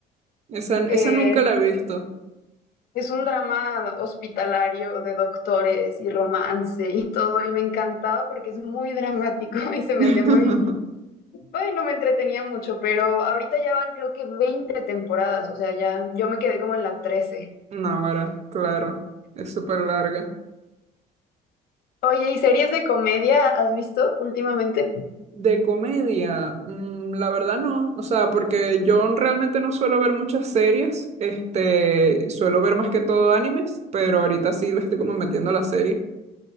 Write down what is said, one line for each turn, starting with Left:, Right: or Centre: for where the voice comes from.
Right: Esa, esa
Left: que
Right: nunca la he visto.
Left: es un drama hospitalario de doctores y romance y todo, y me encantaba porque es muy dramático <laughs> y se me
Right: <laughs>
Left: hacía muy, Bueno, me entretenía mucho, pero ahorita ya van creo que 20 temporadas, o sea, ya yo me quedé como en la 13.
Right: Náguara, claro. Es súper larga.
Left: Oye, ¿y series de comedia has visto últimamente?
Right: De comedia, mm, la verdad no, o sea, porque yo realmente no suelo ver muchas series, este, suelo ver más que todo animes, pero ahorita sí le estoy como metiendo a la serie.